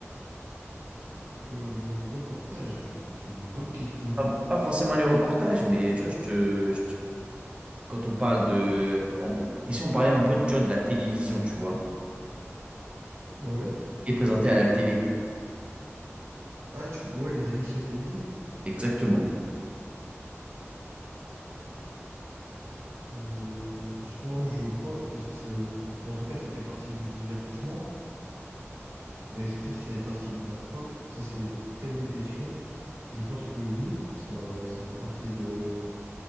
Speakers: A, on the right; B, on the right.
A: Euh, les reportages, ça c'est une bonne question.
B: Pas pas forcément les reportages, mais tu vois, je te, je te- quand on parle de... on- et si on parlait un peu, tu vois, de la télévision, tu vois,
A: Ouais.
B: et présenté à la télé.
A: Ah, tu, ouais, les émissions télévisées.
B: Exactement.
A: Euh, franchement, je pense que c'est, en tout cas, ça fait partie du divertissement. Mais est-ce que c'est partie de la pop? Ça, c'est une très bonne question. Je pense que oui, ça, ça fait partie de,